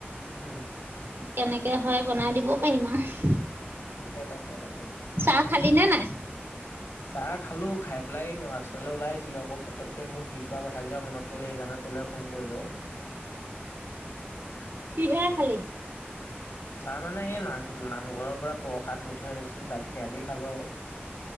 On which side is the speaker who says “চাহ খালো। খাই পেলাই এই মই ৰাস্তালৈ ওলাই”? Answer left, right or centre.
Left